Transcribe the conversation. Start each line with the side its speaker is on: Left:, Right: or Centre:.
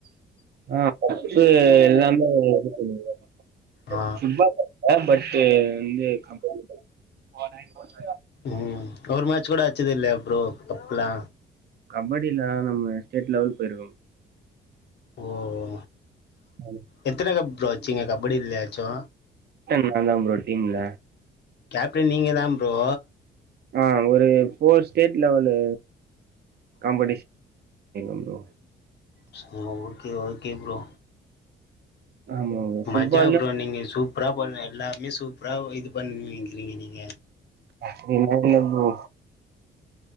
Right: ஆ கப்பு எல்லாமே இது பண்ணிர்க்கே
Left: ஆ
Right: ஃபுட் பால் டுவே பட்டு வந்து கபடி <inaudible>
Left: ம் ஒரு மேட்ச்சு கூட அச்சதில்லயா ப்ரோ கப்புலா
Right: கபடில நம்ம ஸ்டேட் லெவல் போய்ருக்கோ
Left: ஓ ஓ
Right: ஆ
Left: எத்தன கப் ப்ரோ அச்சீங்க கபடிலயாச்சு
Right: கேப்டன் நா தா ப்ரோ டீம்ல
Left: கேப்டன் நீங்க தா ப்ரோ
Right: ஆ ஒரு ஃபோர் ஸ்டேட் லெவலு காம்படிஷன் போய்ர்க்க ப்ரோ
Left: செ ரி தா ஓகே ஓகே ப்ரோ
Right: ஆமா ப்ரோ ஃபுட்பால்ல
Left: மஜா ப்ரோ நீங்க சூப்பரா பண்ண எல்லாமே சூப்பரா ஓ இது பண்ணிங்கிறீங்க நீங்க
Right: அப்டிலா இல்ல ப்ரோ